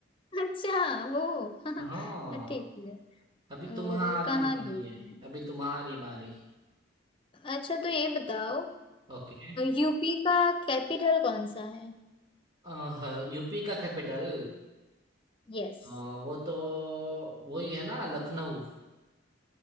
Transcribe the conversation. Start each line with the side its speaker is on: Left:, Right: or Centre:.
Left: अच्छा वो <laughs>
Right: हाँ
Left: ठीक है
Right: अभी तुम्हारी
Left: वो कहाँ
Right: बारी
Left: गई
Right: है अभी तुम्हारी बारी
Left: अच्छा तो ये बताओ
Right: ओके
Left: यूपी का कैपिटल कौन सा है
Right: अह, यूपी का कैपिटल
Left: यस
Right: हाँ, वो तो वही है ना लखनऊ